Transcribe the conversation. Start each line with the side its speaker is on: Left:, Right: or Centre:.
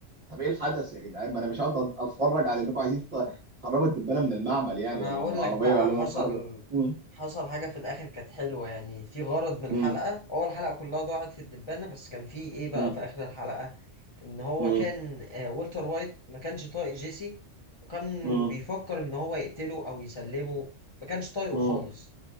Right: طب ايه الحدث يا جدعان ما انا مش هقعد أت- اتفرج على انكم عايزين ت- تخرجوا الدبانة من المعمل يعني
Left: ما انا
Right: ولا
Left: هقول
Right: من العربية
Left: لك بقى
Right: ولا
Left: حصل
Right: من الخر ده مم.
Left: حصل حاجة في الآخر كانت حلوة يعني في غرض من
Right: مم.
Left: الحلقة أول الحلقة كلها ضاعت في الدبانة بس كان في ايه بقى
Right: مم.
Left: في آخر الحلقة ان هو
Right: مم.
Left: كان آه، والتر وايت ما كانش طايق جيسي وكان
Right: مم.
Left: بيفكر ان هو يقتله او يسلمه ما كانش طايقه
Right: مم.
Left: خالص